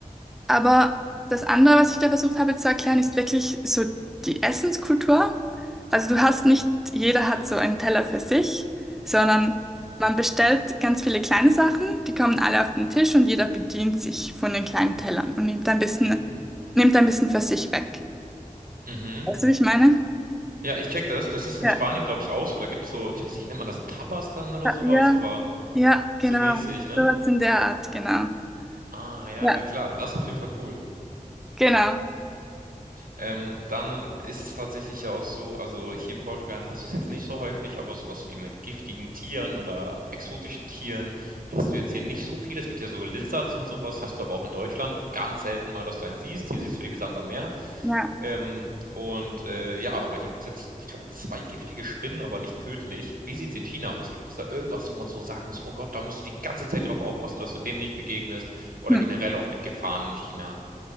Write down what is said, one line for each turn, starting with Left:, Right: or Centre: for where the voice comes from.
Centre: Aber das andere, was ich da versucht habe zu erklären, ist wirklich so die Essenskultur. Also du hast nicht, jeder hat so einen Teller für sich, sondern man bestellt ganz viele kleine Sachen, die kommen alle auf den Tisch und jeder bedient sich von den kleinen Tellern und nimmt ein bisschen,
Right: Mm.
Centre: nimmt ein bisschen für sich weg.
Right: Mhm.
Centre: Weißt du, wie ich meine?
Right: Ja, ich check das. Das ist
Centre: Ja,
Right: in Spanien, glaube ich, auch so. Da gibt's so, ich weiß nicht, nennt man das Tapas dann oder
Centre: ja,
Right: sowas,
Centre: ja,
Right: aber
Centre: ja, genau.
Right: so mäßig, ne?
Centre: Sowas in der Art, genau.
Right: Ah, ja,
Centre: Ja,
Right: ja, klar. Das ist auf jeden Fall cool.
Centre: genau.
Right: Ähm, dann ist es tatsächlich ja auch so, also hier in Portugal hast du es jetzt nicht so häufig, aber sowas wie mit giftigen Tieren oder exotischen Tieren hast du jetzt hier nicht so viel. Es gibt ja so Lizards und sowas, hast du aber auch in Deutschland ganz selten mal, dass du einen siehst. Hier siehst du die wie Sand am Meer.
Centre: Ja,
Right: Ähm, und äh, ja, aber hier gibt es jetzt, ich glaube, zwei giftige Spinnen, aber nicht tödlich. Wie sieht es in China aus? Gibt es da irgendwas, wo man so sagen muss, oh Gott, da musst du die ganze Zeit drauf aufpassen, dass du dem nicht begegnest? Oder
Centre: ja.
Right: generell auch mit Gefahren in China?